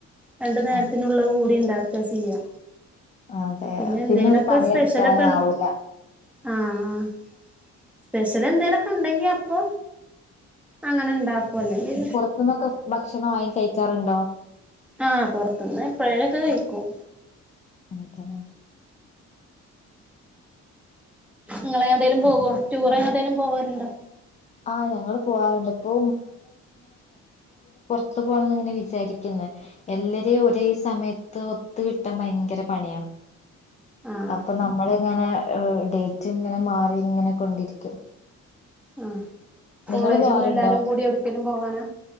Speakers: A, in the centre; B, on the left (about 25°).
A: രണ്ടു നേരത്തിനുള്ളത്
B: ആ
A: കൂടി ഉണ്ടാക്കുക ചെയ്യാ.
B: അതെ
A: പിന്നെ എന്തേലൊക്കെ
B: ഒരു പണിയെടുക്കാനും
A: സ്പെഷ്യലൊക്കെ
B: ആവൂല
A: ആഹ് സ്പെഷ്യൽ എന്തേലൊക്കെ ഉണ്ടെങ്കി അപ്പൊ അങ്ങനെ ഇണ്ടാക്കല്ലെങ്കി
B: ത്തുന്നൊക്കെ ഭക്ഷണം വാങ്ങി കഴിക്കാറുണ്ടോ?
A: ആഹ് പൊറത്തുന്ന് എപ്പോഴേലൊക്കെ കഴിക്കും.
B: അതെ
A: നിങ്ങൾ ഏടെങ്കിലും പോകോ ടൂർ എങ്ങട്ടെലും പോവാറ്ണ്ടോ?
B: ആഹ് ഞങ്ങള് പോവാറുണ്ട് ഇപ്പൊ ഒത്ത പോണംന്ന് ഇങ്ങനെ വിചാരിക്കുന്ന് എല്ലരേം ഒരേ സമയത്ത് ഒത്ത് കിട്ടാൻ ഭയങ്കര പണിയാ.
A: ആഹ്
B: അപ്പൊ നമ്മള ങ്ങനെ ഡേറ്റ് ഇങ്ങനെ മാറി ഇങ്ങനെ. കൊണ്ടിരിക്കും
A: ആഹ് കോളേജിന്ന്
B: നിങ്ങള് പോവാറുണ്ടോ?
A: എല്ലാരും കൂടി എവിട്ക്കേലും പോവാനാ